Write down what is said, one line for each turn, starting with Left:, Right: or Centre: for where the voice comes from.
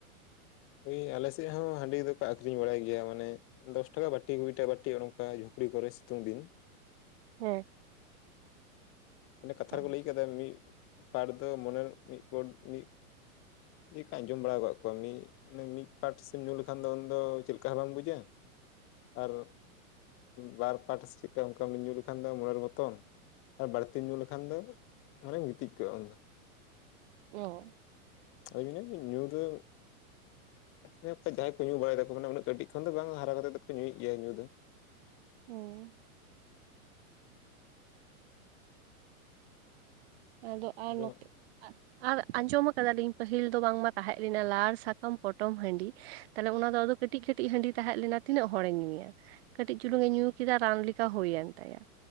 Left: ᱦᱳᱭ ᱟᱞᱮ ᱥᱮᱫ ᱦᱚᱸ ᱦᱟᱺᱰᱤ ᱫᱚᱠᱚ ᱟᱠᱷᱨᱤᱧ ᱵᱟᱲᱟᱭ ᱜᱮᱭᱟ ᱢᱟᱱᱮ ᱫᱚᱥ ᱴᱟᱠᱟ ᱵᱟᱹᱴᱤ ᱠᱚ ᱢᱤᱫ ᱴᱟᱝ ᱵᱟᱴᱤ ᱱᱚᱝᱠᱟ ᱡᱷᱩᱯᱲᱤ ᱠᱚ ᱨᱮ ᱥᱤᱛᱩᱝ ᱫᱤᱱ
Right: ᱦᱮᱸ
Left: ᱢᱟᱱᱮ ᱠᱟᱛᱷᱟ
Right: ᱚ
Left: ᱨᱮᱠᱚ ᱞᱟᱹᱭ ᱟᱠᱟᱫᱟ ᱢᱤᱫ ᱯᱟᱨᱴ ᱫᱚ ᱢᱚᱱᱮ ᱢᱤᱫ ᱵᱳᱰ ᱢᱤᱫ ᱮᱠᱟ ᱟᱸᱡᱚᱢ ᱵᱟᱲᱟ ᱟᱠᱟᱫ ᱠᱚᱣᱟ ᱢᱤᱫ ᱚᱱᱮ ᱢᱤᱫ ᱯᱟᱴ ᱥᱮᱢ ᱧᱩ ᱞᱮᱠᱷᱟᱱ ᱫᱚ ᱩᱱᱫᱚ ᱪᱮᱜ ᱠᱟ ᱵᱟᱢ ᱵᱩᱡᱟ ᱟᱨ ᱵᱟᱨ ᱯᱟᱴ ᱪᱮᱫ ᱠᱟ ᱚᱱᱠᱟᱢ ᱧᱩ ᱞᱮᱠᱷᱟᱱ ᱢᱚᱱᱮᱨ ᱢᱚᱛᱚᱱ ᱟᱨ ᱵᱟᱹᱲᱛᱤᱢ ᱧᱩ ᱞᱮᱠᱷᱟᱱ ᱫᱚ ᱢᱟᱱᱮᱧ ᱜᱤᱛᱤᱡ ᱠᱚᱜ-ᱟ ᱩᱱᱫᱚ
Right: ᱚ
Left: ᱟ ᱵᱱᱟᱧᱩ ᱫᱚ ᱦᱮ ᱡᱟᱦᱟᱸᱭ ᱠᱚ ᱧᱩ ᱵᱟᱲᱟᱭ ᱫᱟᱠᱚ ᱩᱱᱟᱹᱜ ᱠᱟᱹᱴᱤᱡ ᱠᱷᱚᱱ ᱫᱚ ᱵᱟᱝ ᱦᱟᱨᱟ ᱠᱟᱛᱮ ᱫᱚᱠᱚ ᱧᱩᱭᱮᱫ ᱜᱮᱭᱟ ᱧᱩ ᱫᱚ
Right: ᱦᱩᱸ ᱟᱫᱚ ᱟᱨ
Left: ᱟᱨᱚ
Right: ᱱᱚᱛᱮ ᱟᱨ ᱟᱸᱡᱚᱢ ᱟᱠᱟ ᱫᱟᱞᱤᱧ ᱯᱟᱹᱦᱤᱞ ᱫᱚ ᱵᱟᱝᱢᱟ ᱛᱟᱦᱮᱸ ᱞᱮᱱᱟ ᱞᱟᱲ ᱥᱟᱠᱟᱢ ᱯᱚᱴᱚᱢ ᱦᱟᱺᱰᱤ ᱛᱟᱦᱚᱞᱮ ᱚᱱᱟ ᱫᱚ ᱠᱟᱹᱴᱤᱡ ᱠᱟᱹᱴᱤᱡ ᱦᱟᱺᱰᱤ ᱛᱟᱦᱮᱸ ᱞᱮᱱᱟ ᱛᱤᱱᱟᱹᱜ ᱦᱚᱲ ᱮ ᱧᱩᱭᱟ ᱠᱟᱹᱴᱤᱡ ᱪᱩᱞᱩᱝ ᱮ ᱧᱩ ᱠᱮᱫᱟ ᱨᱟᱱ ᱞᱮᱠᱟ ᱦᱩᱭᱮᱱ ᱛᱟᱭᱟ